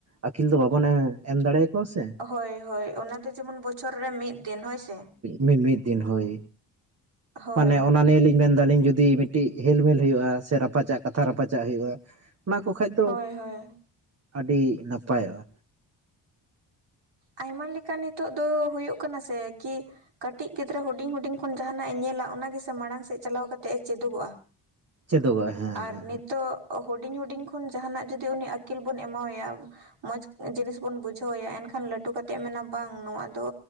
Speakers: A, on the right; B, on the right.
A: ᱟᱹᱠᱤᱞ ᱫᱚ ᱵᱟᱵᱚᱱ ᱮᱢ ᱫᱟᱲᱮᱭᱟᱠᱚᱣᱟ ᱥᱮ
B: ᱦᱳᱭ ᱦᱳᱭ ᱚᱱᱟ ᱫᱚ ᱡᱮᱢᱚᱱ ᱵᱚᱪᱷᱚᱨ ᱨᱮ ᱢᱤᱫ ᱫᱤᱱ ᱦᱳᱭ ᱥᱮ᱾
A: ᱢᱤ ᱢᱤᱫ ᱫᱤᱱ ᱦᱳᱭ
B: ᱦᱳᱭ
A: ᱢᱟᱱᱮ ᱚᱱᱟ ᱱᱤᱭᱮ ᱞᱤᱧ ᱢᱮᱱ ᱫᱟᱞᱤᱧ ᱡᱩᱫᱤ ᱢᱤᱫᱴᱤᱡ ᱦᱮᱞᱢᱮᱞ ᱦᱩᱭᱩᱜᱼᱟ ᱥᱮ ᱨᱟᱯᱟᱪᱟᱜ ᱠᱟᱛᱷᱟ ᱨᱟᱯᱟᱪᱟᱜ ᱦᱩᱭᱩᱜᱼᱟ᱾ ᱚᱱᱟ ᱠᱚ ᱠᱷᱟᱡ ᱫᱚ
B: ᱦᱳᱭ ᱦᱳᱭ
A: ᱟᱹᱰᱤ ᱱᱟᱯᱟᱭᱚᱜᱼᱟ᱾
B: ᱟᱭᱢᱟ ᱞᱮᱠᱟ ᱱᱤᱛᱚᱜ ᱫᱚ ᱦᱳᱭᱳᱜ ᱠᱟᱱᱟ ᱥᱮ ᱠᱤ ᱠᱟᱹᱴᱤᱡ ᱜᱤᱫᱽᱨᱟᱹ ᱦᱩᱰᱤᱧ ᱦᱩᱰᱤᱧ ᱛᱚᱠᱷᱚᱱ ᱡᱟᱦᱟᱱᱟᱜ ᱮ ᱧᱮᱞᱟ ᱚᱱᱟ ᱜᱮᱥᱮ ᱢᱟᱲᱟᱝ ᱥᱮᱫ ᱪᱟᱞᱟᱣ ᱠᱟᱛᱮ ᱮ ᱪᱮᱫᱚᱜᱚᱜᱼᱟ᱾
A: ᱪᱮᱫᱚᱜᱼᱟᱭ ᱦᱮᱸ
B: ᱟᱨ
A: ᱦᱮᱸ
B: ᱱᱤᱛᱚᱜ ᱦᱩᱰᱤᱧ ᱦᱩᱰᱤᱧ ᱠᱷᱚᱱ ᱡᱟᱦᱟᱱᱟᱜ ᱡᱩᱫᱤ ᱩᱱᱤ ᱟᱹᱠᱤᱞ ᱵᱚᱱ ᱮᱢᱟᱣᱟᱭᱟ ᱢᱚᱸᱡᱽ ᱡᱤᱱᱤᱥ ᱵᱚᱱ ᱵᱩᱡᱷᱟᱹᱣ ᱮᱭᱟ ᱮᱱᱠᱷᱟᱱ ᱞᱟᱹᱩ ᱞᱟᱴᱩ ᱠᱟᱛᱮ ᱢᱮᱱᱟ ᱵᱟᱝ ᱱᱚᱣᱟ ᱫᱚ